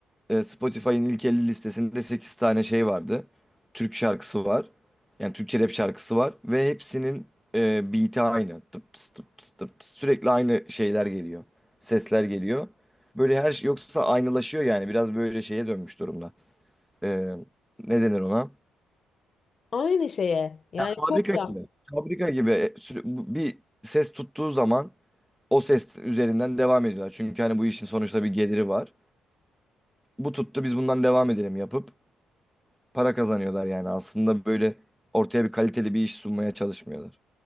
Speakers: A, in the centre; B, on the left.
A: E, Spotify'ın ilk 50 listesinde 8 tane şey vardı. Türk şarkısı var. Yani Türkçe rap şarkısı var. Ve hepsinin e, beat'i aynı. Tıp tıs, tıp tıs, tıp tıs. Sürekli aynı şeyler geliyor. Sesler geliyor. Böyle her şey yoksa aynılaşıyor yani. Biraz böyle şeye dönmüş durumda. E, ne denir ona?
B: Aynı şeye. Yani
A: Fabrika
B: kopya.
A: gibi. Fabrika gibi. E, sü- bu- bir ses tuttuğu zaman o ses üzerinden devam ediyorlar. Çünkü hani bu işin sonuçta bir geliri var. Bu tuttu biz bundan devam edelim yapıp. para kazanıyorlar yani. Aslında böyle ortaya bir kaliteli bir iş sunmaya çalışmıyorlar.